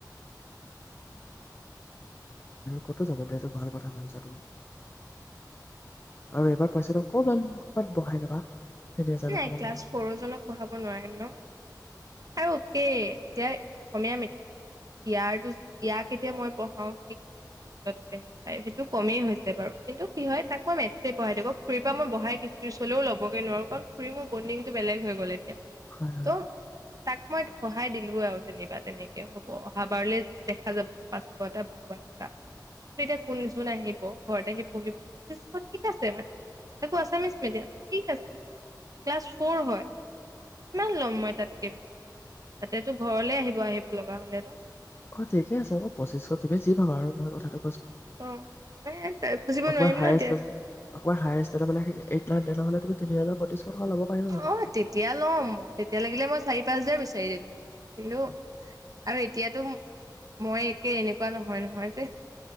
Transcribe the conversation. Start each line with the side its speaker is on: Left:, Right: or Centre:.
Left: ক'তো যাবলৈ এইটো ভাল কথা ভাবিছা তুমি আৰু এবাৰ পইছাটো অকমান, মান বহাই ল'বা। তিনি হাজাৰ টকামান
Right: নাই ক্লাছ
Left: ল'বা
Right: ফৰ জনক বঢ়াব নোৱাৰিম ন? আৰু এতিয়া অসমীয়া ইয়াৰো ইয়াক এতিয়া মই পঢ়াও সি <unintelligible> ফাইভ সেইটো কমেই হৈছে বাৰু কিন্তু কি হয়, তাক মই মেথছেই পঢ়াই থাকো খুৰীৰ পৰা মই বঢ়াই পিছলেও ল'বগে নোৱাৰো কাৰণ খুৰি মোৰ বণ্ডিংটো বেলেগ হৈ গ'ল এতিয়া।
Left: হয়, হয়।
Right: ত' তাক মই পঢ়াই দিলো আৰু যেনিবা তেনেকে হ'ব অহাবাৰলে দেখা যাব পাঁচশটা বহুৱা কিবা, কিন্তু এতিয়া কোন যোন আহিব ঘৰত আহি পঢ়িব গুচি যাব ঠিক আছে মানে তাকো আচামিছ মিডিয়াম ঠিক আছে ক্লাছ ফৰ হয়, কিমান ল'ম মই তাতকে বেছি তাতেতো ঘৰলে আহিব আহিব লগা হ'লে ন।
Left: অ', ঠিকে আছে পঁচিশ তুমি যি ভাবা আৰু মই কথাটো
Right: অ', মই খুজিব
Left: অকমান
Right: নোৱাৰিম
Left: হায়ষ্ট,
Right: ন এতিয়া।
Left: অকমান হায়ষ্ট <unintelligible> তিনি হাজাৰ পঁয়ত্ৰিছশ টকা ল'ব পাৰিবা মানে
Right: অ', তেতিয়া ল'ম মই তেতিয়া লাগিলে মই চাৰি, পাঁচ হাজাৰ বিচাৰি দিলো কিন্তু
Left: হয়।
Right: আৰু এতিয়াতো মই একে এনেকুৱা নহয, নহয় যে,